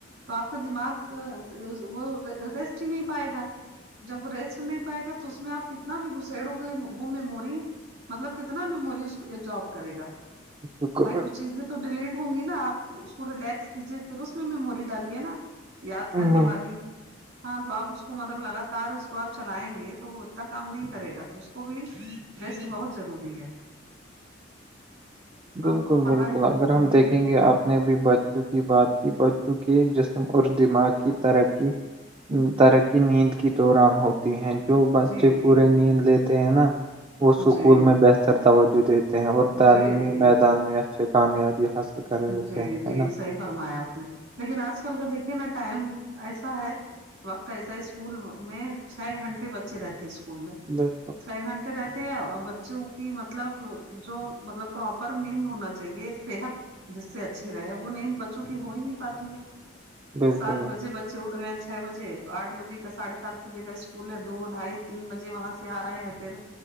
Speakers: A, on the right; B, on the right.
A: تو آپ کا دماغ کا وہ ریسٹ ہی نہیں پائے گا جب وہ ریسٹ نہیں پائے گا تو اس میں آپ کتنا بھی گسڑو گے وہ مموری مطلب کتنا میموری اس کو ایبزارب کرے گا
B: بالکل
A: بھائی کچھ چیزیں تو ڈیلیٹ ہوں گی نا آپ اس کو ریلیکس دیجیے پھر اس میں میموری ڈالیے نا یاد کرنے
B: بالکل
A: والی ہاں تو آپ اس اس کو مطلب لگاتار اس کو آپ چلائیں گے تو وہ اتنا کام نہیں کرے گا تو اس کو بھی ریسٹ بہت ضروری ہے ہے
B: بالکل
A: پڑھائی
B: بالکل اگر ہم
A: جی
B: دیکھیں گے آپ نے بھی بچوں کی بات کی بچوں کے جسم اور دماغ کی ترقی ترقی نیند کے دوران ہوتی ہے جو بچے
A: جی جی
B: پورے نیند لیتے ہیں نا وہ اسکول
A: جی
B: میں بہتر توجہ دیتے ہیں اور
A: جی
B: تعلیمی
A: جی
B: میدان میں اچھے کامیابی حاصل کر رہتے
A: جی
B: ہیں
A: جی
B: ہے نا
A: صحیح فرمایا آپ نے لیکن آج کل کا دیکھیے نا ٹائم ایسا ہے وقت ایسا ہے اسکول میں چھ گھنٹے بچے رہتے ہیں اسکول میں
B: بکل
A: چھ گھنٹے رہتے ہیں اور بچوں کی مطلب جو مطلب پراپر نیند ہونا چاہیے صحت جس سے اچھی رہے وہ نیند بچوں کی ہو ہی نہیں پاتی ہے
B: بالکل
A: سات بجے ب اٹھ گئے ہیں چھ بجے آھ بجے کا سڑھے سات بجے کا اسکول ہے دو ڈھائی تین بجے وہاں سے سے آ رہے ہیں پھر